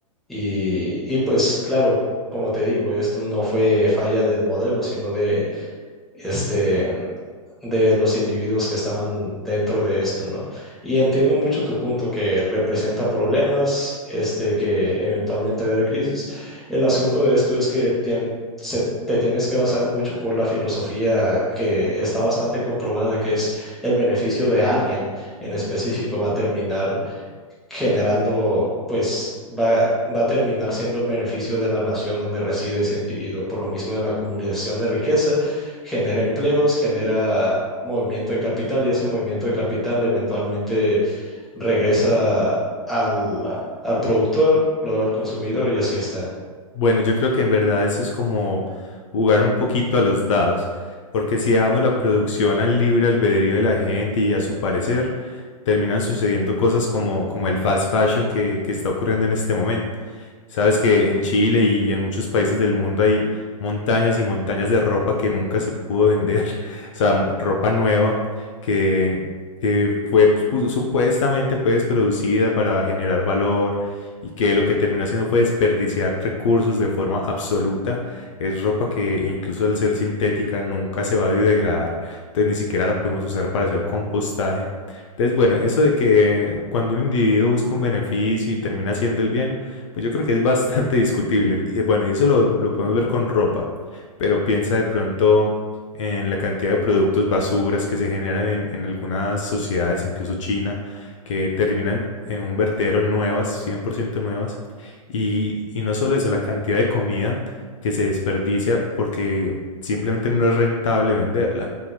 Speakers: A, in the centre; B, on the left.
A: Y, y pues claro, como te digo, esto no fue falla del modelo, sino de este de los individuos que estaban dentro de esto, ¿no? Y entiendo mucho tu punto que representa problemas, este, que eventualmente va a haber crisis. El asunto de esto es que tien- se, te tienes que basar mucho por la filosofía que está bastante comprobada, que es el beneficio de alguien en específico va a terminar generando, pues va, va a terminar siendo el beneficio de la nación donde reside ese individuo. Por lo mismo de la acumulación de riqueza, genera empleos, genera movimiento de capital y ese movimiento de capital eventualmente regresa al, al productor, luego al consumidor y así está.
B: Bueno, yo creo que en verdad eso es como jugar un poquito a los dados, porque si dejamos la producción al libre albedrío de la gente y a su parecer, terminan sucediendo cosas como, como el fast fashion que, que está ocurriendo en este momento. Sabes que en Chile y en muchos países del mundo hay montañas y montañas de ropa que nunca se pudo vender, <laughs> o sea, m- ropa nueva que, que fue pu- supuestamente pues producida para generar valor y que lo que terminó haciendo fue desperdiciar recursos de forma absoluta. Es ropa que incluso al ser sintética nunca se va a biodegradar, entonces ni siquiera la podemos usar para hacer compostaje. Entonces, bueno, eso de que cuando un individuo busca un beneficio y termina haciendo el bien, pues yo creo que es bastante <laughs> discutible. Y bueno, y eso lo, lo podemos ver con ropa, pero piensa de pronto en la cantidad de productos basuras que se generan en, en algunas sociedades, incluso China que terminan en un vertedero nuevas, 100% nuevas. Y, y no solo eso, la cantidad de comida que se desperdicia porque simplemente no es rentable venderla.